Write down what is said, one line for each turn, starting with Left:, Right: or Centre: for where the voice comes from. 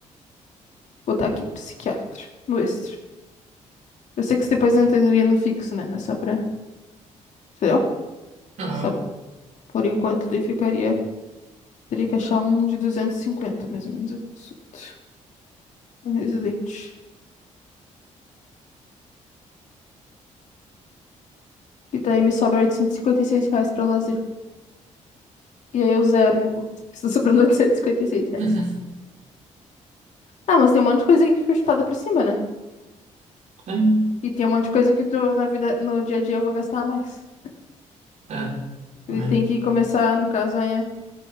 Left: Botar aqui, psiquiatra, no extra. Eu sei que isso depois entraria no fixo, né? Mas só pra. Entendeu?
Right: Aham.
Left: Só por enquanto ele ficaria. Teria que achar um de 250 mais ou menos, eu consulto. Um residente. E daí me sobra oitocentos e e cinquenta e seis reais pra lazer. E aí eu zero minha conta. <laughs> Está sobrando oitocentos e e cinquenta e seis reais.
Right: <laughs>
Left: Ah, mas tem um monte de coisa aqui que foi chutada pra cima, né?
Right: Tem?
Left: E tem um monte de coisa que tu, na vida, no dia a dia eu vou gastar mais.
Right: É, também.
Left: Ele tem que começar, no caso, a ir